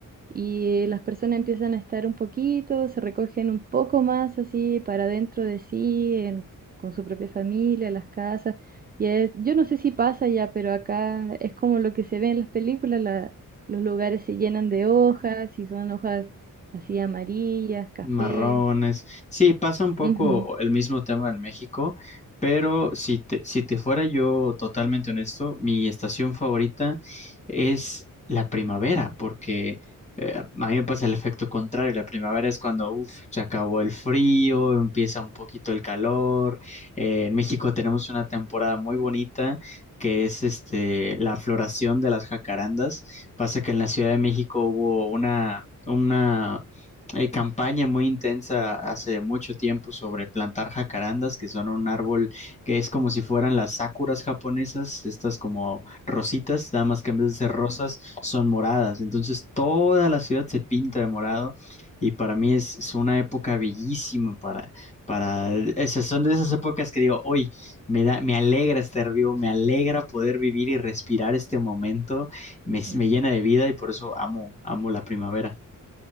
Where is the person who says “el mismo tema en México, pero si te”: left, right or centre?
Left